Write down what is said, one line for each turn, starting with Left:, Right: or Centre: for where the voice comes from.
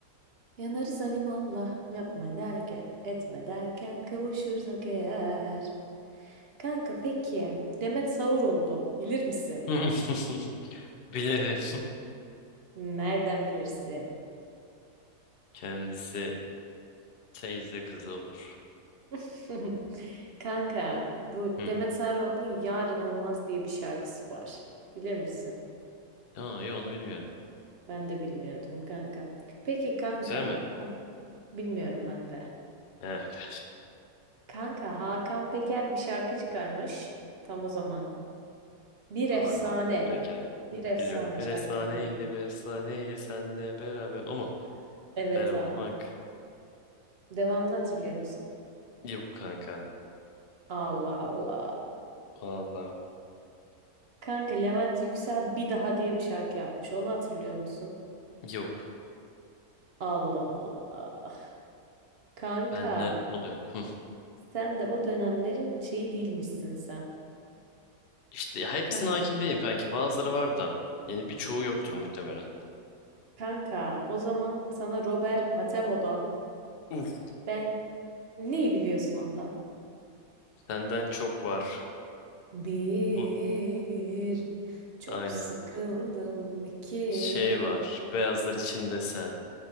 Right: Yanarız alimallah yapma derken etme derken kavuşursak eğer. Kanka peki Demet Sauroğlu bilir misin?
Left: <laughs> Bilirim.
Right: Nereden bilirsin?
Left: <laughs> Kendisi teyze kızı olur.
Right: <laughs> Kanka bu
Left: Hmm.
Right: Demet Sauroğlu'nun Yarın Olmaz diye bir şarkısı var. Bilir misin?
Left: Aa, yok onu bilmiyorum.
Right: Ben de bilmiyordum kanka. Peki kanka.
Left: Güzel mi?
Right: Hah, bilmiyorum ben de.
Left: Evet.
Right: Kanka Hakan Peker bir şarkı çıkarmış. Tam o zaman. Bir
Left: Abi
Right: efsane.
Left: Hakan Peker.
Right: Bir efsane
Left: Biliyorum. Bir
Right: şarkının
Left: efsaneydi,
Right: adı.
Left: bir efsaneydi senle beraber. O mu?
Right: Evet
Left: Beraber olmak.
Right: ha. Devamını hatırlıyor musun?
Left: Yok kanka.
Right: Allah Allah.
Left: Valla
Right: Kanka Levent Yüksel bir daha diye bir şarkı yapmış. Onu hatırlıyor musun?
Left: yok.
Right: Allah Allah. Kanka
Left: Bende o da yok. Hı.
Right: sen de o dönemlerin şeyi değilmişsin sen.
Left: İşte ya hepsine
Right: Ka-
Left: hakim değilim kanki. Bazıları var da. Yani birçoğu yoktur muhtemelen.
Right: Kanka o zaman sana Robert Hatemo'dan
Left: Uf.
Right: ben neyi biliyorsun ondan?
Left: Senden çok var.
Right: Bir
Left: Bu
Right: çok
Left: aynen.
Right: sıkıldım iki.
Left: Şey var. Beyazlar içinde sen.